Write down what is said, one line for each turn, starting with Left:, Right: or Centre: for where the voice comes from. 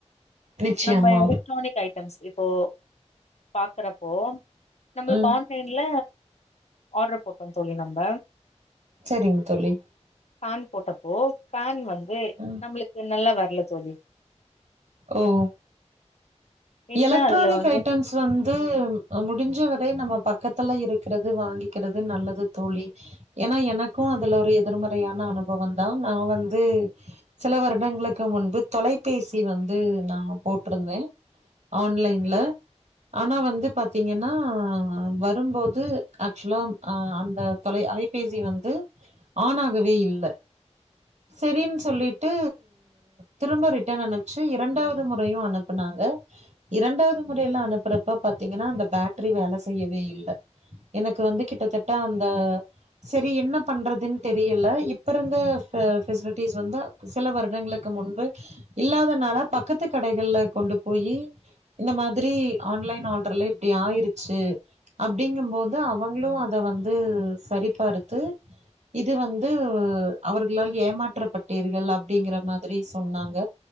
Right: நிச்சயமா
Left: நம்ம எலக்ட்ரானிக் ஐ இப்போ பாக்குற ஓம் நம்மளுக்கு
Right: ம்
Left: ஆன்லைன்ல ஆர்டர் போட்டோம் சொல்லி நம்ப
Right: செரிங்க தோழி
Left: ஃபேன் போட்டப்போ ஃபேன் வந்து தே
Right: ம்
Left: நம்மளுக்கு நல்ல வார் நல்ல தோழி
Right: ஓ ஓ
Left: என்ன
Right: எலக்ட்ரானிக்
Left: அதுல வந்து
Right: ஐட்டம்ஸ் வந்து முடிஞ்ச இபபவே நம்ம பக்கத்துல இருக்கிறது வாங்கிக்கிறது நல்லது தோழி ஏன்னா எனக்கும் அதுல ஒரு எதிர்மறையான அனுபவம் தான் நான் வந்து சில வருடங்களுக்கு முன்பு தொலைபேசி வந்து நான் போட்டிருந்தேன் ஆன்லைன்ல ஆனா வந்து பாத்தீங்கன்னா வரும்போது ஆக்சுவலா அந்த தொலை அலைபேசி வந்து ஆன் ஆகவே இல்ல சரினு சொல்லிட்டு திரும்ப ரிட்டன் அனுப்பிச்சு இரண்டாவது முறையும் அனுப்புனாங்க இரண்டாவது முறையில அனுப்புறப்ப பாத்தீங்கன்னா அந்த பேட்டரி வேலைசெய்யவே இல்ல எனக்கு வந்து கிட்டத்தட்ட அந்த செரி என்ன பண்றதுன்னு தெரியல இப்ப இருந்த ஃபெசில் பெசிலிட்டிஸ் வந்து சில வருடங்களுக்கு முன்பு இல்லாதனால பக்கத்து கடகள்ல கொண்டு போயி இந்த மாதிரி ஆன்லைன் ஆர்டர்ல இப்படி ஆயிருச்சு அப்படிங்கும்போது அவங்களு அத வந்து சரிபார்த்து இது வந்து அவர்களால் ஏமாற்றப்பட்டீர்கள் அப்டிங்கிற மாரி சொன்னாங்க